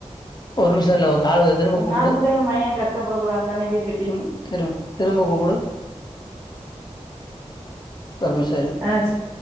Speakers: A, on the left; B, on the right.
A: ஒரு நிமிஷோ இல்ல ஒரு கால் வருது திரும்ப
B: இப்ப
A: கூப்புடு
B: நாங்கூட ஏ மயெ கஷ்டப்படக்கூடாதுந்தானே வீடு க
A: திரும்ப திரும் திரும்ப கூப்புடு. ஒர்நிம்ஷொ இரு.
B: அ